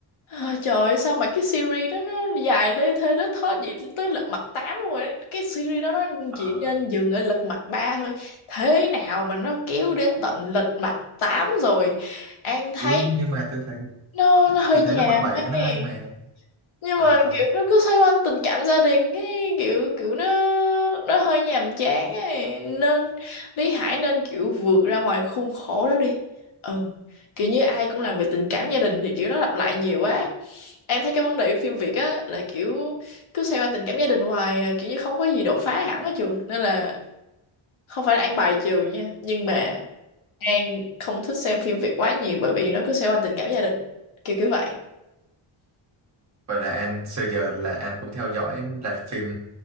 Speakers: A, on the left; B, on the right.
A: Ôi trời ơi, sao mà cái series đó nó dài lê thê lết thớt vậy tới lật mặt 8 luôn rồi đấy. Cái series đó nó
B: Ờ,
A: chỉ nên dừng ở lật mặt 3 thôi. Thế nào mà nó kéo đến tận lật mặt 8 rồi. An thấy
B: ui nhưng mà tôi thấy
A: nó nó hơi
B: tôi
A: nhàm
B: thấy Lật Mặt Bảy nó
A: ấy.
B: hay mà.
A: nhưng
B: Ờ,
A: mà kiểu nó cứ xoay quanh tình cảm gia đình ấy kiểu kiểu nó nó hơi nhàm chán ấy nên Lý Hải nên kiểu vượt ra ngoài khuôn khổ đó đi ừ kiểu như ai cũng làm về tình cảm gia đình thì kiểu nó lặp lại nhiều quá em thấy cái vấn đề của phim Việt á là kiểu cứ xoay quanh tình cảm gia đình hoài à, kiểu như không có gì đột phá hẳn ở trường nên là không phải là An bài trừ nha nhưng mà An không thích xem phim Việt quá nhiều bởi vì nó cứ xoay quanh tình cảm gia đình kiểu kiểu vậy
B: vậy là anh xưa giờ là anh cũng theo dõi là phim